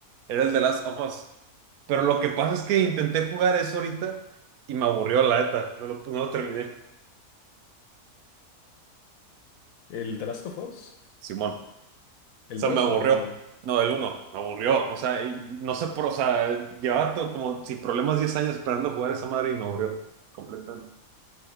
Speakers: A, on the right (about 75°); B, on the left (about 70°).
A: era el de Last of Us. Pero lo que pasa es que intenté jugar eso ahorita y me aburrió la neta, no lo, no lo terminé.
B: ¿El The Last of Us?
A: Simón.
B: ¿El
A: sea,
B: 2
A: me aburrió.
B: o el uno
A: No, el uno, me aburrió. O sea, y no sé por, o sea, llevaba to- como sin problemas 10 años esperando jugar esa madre y me aburrió completamente.